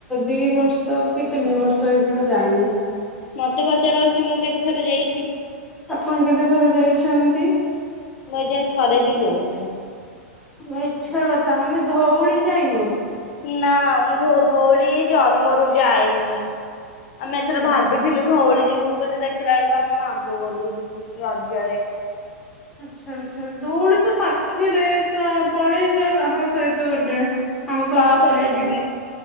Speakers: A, in the centre; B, on the left.
A: ଦି ବର୍ଷ କି ତିନି ବର୍ଷ ହେଇଯିବ ଯାଇନି।
B: ମତେ ପଚାରନ୍ତୁ ମୁଁ କେତେ ଥର ଯାଇଛି।
A: ଆପଣ କେତେ ଥର ଯାଇଛନ୍ତି?
B: ମୁଁ ଏ ଯାଏ ଥରେ ବି ଯାଇନି।
A: ମିଛ କଥା ମାନେ ଧଉଳି ଯାଇନୁ।
B: ନା ମୁଁ ଧଉଳି ଜନ୍ମରୁ ଯାଇନି। ଆମେ ଏଥର
A: ଏ ଭଗବାନ।
B: ଭାବିଥିଲୁ ଧଉଳି ଯିବୁ ବୋଲି ଦେଖିଲା ବେଳକୁ ଆମେ ମାମୁଁ ଘରକୁ ଯିବୁ ରଜରେ।
A: ଆଚ୍ଛା ଆଚ୍ଛା ଧଉଳି ତ ପାଖରେ ପଳେଇ ଯା କାହା ସହିତ ଗୋଟେ ଅଙ୍କଲ
B: କାହା
A: କୁ
B: ସହିତ
A: କହିକି।
B: ଯିବି